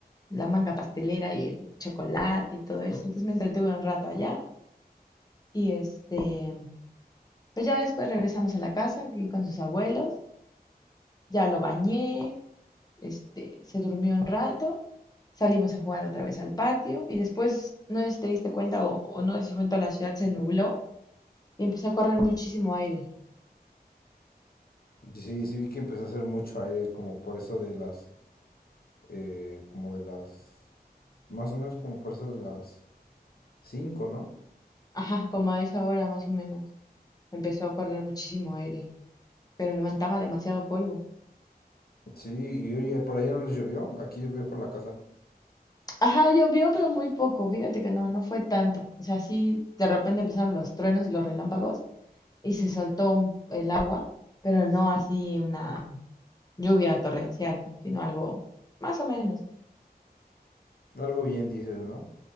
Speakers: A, on the left (about 25°); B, on the left (about 65°).
A: la manga pastelera y el chocolate y todo eso. Entonces me entretuve un rato allá y este, pues ya después regresamos a la casa aquí con sus abuelos, ya lo bañé, este, se durmió un rato. Salimos a jugar otra vez al patio y después, no sé si te diste cuenta o, o no sé si fue en toda la ciudad, se nubló y empezó a correr muchísimo aire.
B: Sí, sí vi que empezó a hacer mucho aire, como por eso de las eh, como de las, más o menos como por eso de las cinco ¿no?
A: Ajá, como a esa hora más o menos. Empezó a correr muchísimo aire, pero levantaba demasiado polvo.
B: Sí, y oye, por allá no les llovió, aquí llovió por la casa.
A: Ajá, llovió, pero muy poco. Fíjate que no, no fue tanto. O sea, sí, de repente empezaron los truenos y los relámpagos y se soltó un- el agua, pero no así una lluvia torrencial, ¿no? Sino algo más o menos.
B: Algo bien dices, ¿no?